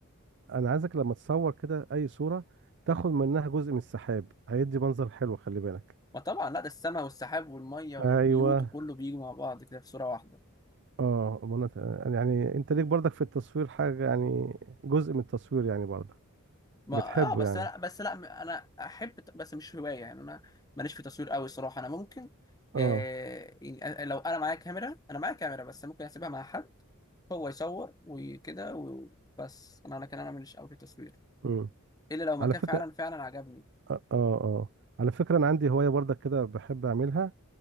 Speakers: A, on the right; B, on the left.
A: انا عايزك لما تصور كده اي صورة تاخد منها جزء من السحاب هيدي منظر حلو خلي بالك
B: ما طبعا لا ده السماء والسحاب والميه والبيوت
A: ايوه
B: وكله بيجوا مع بعض كده في صوره واحده
A: اه منت... يعني انت ليك برضك في التصوير حاجة يعني جزء من التصوير يعني برضك
B: ما
A: بتحبه
B: اه بس
A: يعني
B: لا بس لا انا احب بس مش هوايه يعني انا ماليش في تصوير قوي صراحه انا ممكن
A: اه
B: آه يعني لو انا معايا كاميرا انا معايا كاميرا بس ممكن اسيبها مع حد هو يصور وكده وبس انا انا كان انا ماليش قوي في التصوير
A: امم
B: الا لو مكان
A: على فكرة
B: فعلا فعلا عجبني
A: اه اه آه. على فكرة انا عندي هواية برضك كده بحب اعملها